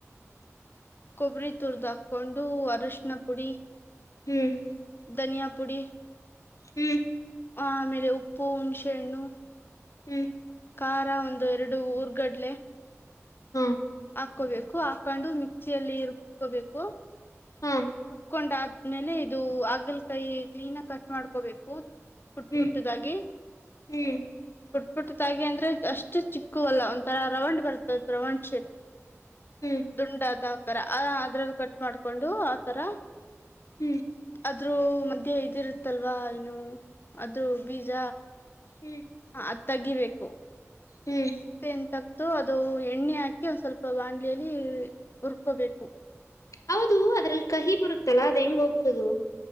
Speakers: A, on the left; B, on the left.
A: ಕೊಬ್ಬರಿ ತುರ್ದ್ ಹಾಕೊಂಡು ಅರಶಿನ ಪುಡಿ
B: ಹ್ಮ್
A: ಧನಿಯಾ ಪುಡಿ
B: ಹ್ಮ್
A: ಆಮೇಲೆ ಉಪ್ಪು ಹುಣ್ಸೆಹ ಹಣ್ಣು
B: ಹ್ಮ
A: ಕಾರ ಒಂದು ಎರಡು ಊರ್ಗಡ್ಲೆ
B: ಹ್ಮ
A: ಹಾಕೋಬೇಕು ಹಾಕೊಂಡು ಮಿಕ್ಸಿಯಲ್ಲಿ ರುಬ್ಕೋಬೇಕು
B: ಹ್ಮ್
A: ಕಕೊಂಡ ಆದ್ಮೇಲೆ ಇದು ಆಗಲಕೈ ಕ್ಲೀನ್ ಆಗಿ ಕಟ್ ಮಾಡ್ಕೋಬೇಕು ಪುಟ್
B: ಹ್ಮ್
A: ಪುಟ್ಟದಾಗಿ
B: ಹ್ಮ್
A: ಪುಟ್ ಪುಟ್ಟ ತಾಗಿ ಅಂದ್ರೆ ಅಷ್ಟು ಚಿಕ್ಕ ಅಲ್ಲ ಒಂಥರ ರವಂಡ್ ಬರ್ತ ರವಂಡ್ ಶೇಪ್
B: ಹ್ಮ್
A: ದುಂಡದ ಆಕಾರ ಆ ಅದ್ರಲ್ಲಿ ಕಟ್ ಮಾಡ್ಕೊಂಡು ಆತರ
B: ಹ್ಮ್
A: ಅದು ಅ್ರೂ ಮಧ್ಯೆ ಇದಿರುತ್ತಲ್ವಾ ಏನು ಅದ್ರೂ ಬೀಜ
B: ಹ್ಮ್
A: ಹ ಅದ್ ತಗಿಬೇಕು
B: ಹ್ಮ್
A: ಸಿಪ್ಪ ಎಂತ ಮತ್ತು ಅದು ಎಣ್ಣೆ ಹಾಕಿ ಒಂದ್ ಸ್ವಲ್ಪ ಬಾಂಗ್ಲಲಿ ಉುರ್ಕೋಬೇಕು
B: ಹೌದು ಅದ್ರಲ್ಲಿ ಕಹಿ ಬರುತ್ತಲ್ಲಾ ಅದ್ ಹೆಂಗ್ ಹೋಗಸೋದು